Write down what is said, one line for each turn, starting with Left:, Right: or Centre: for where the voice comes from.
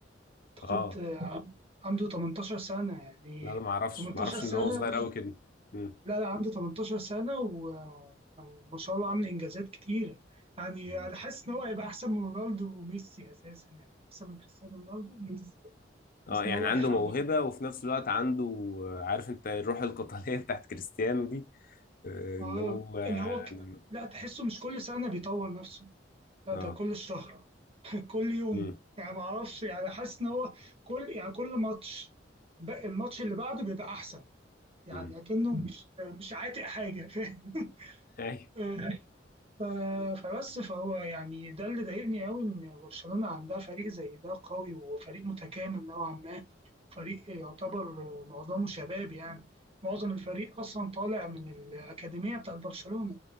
Right: اعتقد
Left: اه
Right: عن- عنده 18 سنة يعني
Left: لا انا ما اعرفش
Right: 18
Left: ما اعرفش
Right: سنة
Left: ان هو صغير قوي كده مم.
Right: لا لا عنده 18 سنة وما شاء الله عامل انجازات كتير يعني
Left: مم.
Right: انا حاسس ان هو هيبقى احسن من رونالدو وميسي اساسا يعني احسن من كريستيانو رونالدو وميسي يعني
Left: اه
Right: حاسس
Left: يعني
Right: ان هو
Left: عنده
Right: هيحقق
Left: موهبة وفي نفس الوقت عنده عارف انت الروح القتالية <laughs> بتاعت كريستيانو دي آه،
Right: اه
Left: اللي هو يعني
Right: اللي هو ك... لا تحسه مش كل سنة بيطور نفسه لا
Left: اه
Right: ده كل شهر <laughs> كل يوم
Left: امم
Right: يعني ما اعرفش يعني حاسس ان هو كل يعني كل ماتش بق- الماتش اللي بعده بيبقى احسن يعني
Left: امم
Right: اكنه مش مش عاتق حاجه <laughs>
Left: <laughs> ايوه
Right: فاهم ف- فبس فهو يعني ده اللي ضايقني قوي ان برشلونه عندها فريق زي ده قوي وفريق متكامل نوعا ما فريق يعتبر معظمه شباب يعني معظم الفريق اصلا طالع من الاكاديميه بتاعت برشلونه